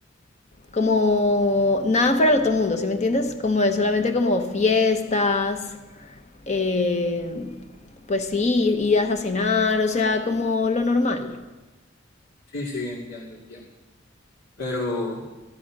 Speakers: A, on the left; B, on the left.
A: como nada fuera del otro mundo, ¿sí me entiendes? Como es solamente como fiestas, eh, pues sí, idas a cenar, o sea, como lo normal.
B: Sí, sí, entiendo, entiendo. Pero,